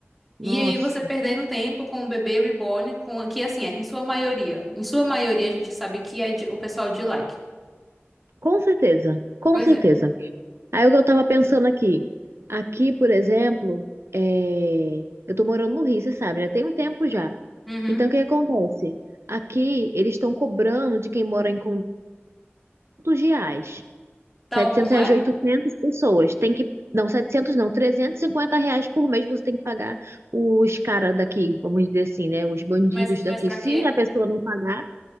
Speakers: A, in the centre; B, on the right.
A: e
B: nossa.
A: aí você perdendo tempo com o bebê reborn, com que assim, é, em sua maioria, em sua maioria a gente sabe que é de- o pessoal de like.
B: Com certeza, com
A: Pois
B: certeza.
A: é.
B: Aí o que eu tava pensando aqui, aqui, por exemplo, é, eu tô morando no Rio, você sabe, né? Tem um tempo já.
A: Uhum.
B: Então, o que acontece? Aqui, eles estão cobrando de quem mora em conjuntos reais,
A: Então,
B: 700
A: como
B: reais
A: é?
B: de 800 pessoas. Tem que, não, 700 não, 350 reais por mês você tem que pagar os caras daqui, vamos dizer assim, né? Os bandidos
A: Mas, mas
B: daqui.
A: para
B: Se
A: quê?
B: a pessoa não pagar,